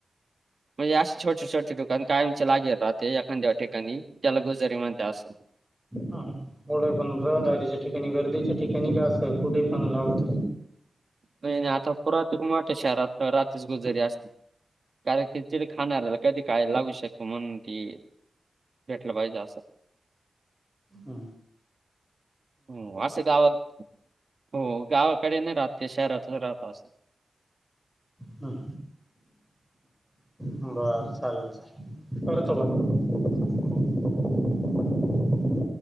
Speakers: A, on the right (about 55°); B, in the centre.
A: म्हणजे असं छोटे छोटे दुकान कायमचे लागेल राहते एखांद्या ठिकाणी त्याला गुजरी म्हणते अस
B: हां हां कोड पन रहदारीच्या ठिकाणी च्या ठिकाणी का असं कुठे पण लावत
A: नाही नाही आता पुरात खू मोठ्या शहरात रात्रीच गुजरी असली कारण की ति खाणार कधी काय लागू शकतो म्हणून ते भेटलं पाईजे असं
B: ह
A: हो असं गाव हो गावाकडे नाही रात शहरातच राहत अस
B: हम् हम् बर चाललं चाललं करतो करतो
A: हो.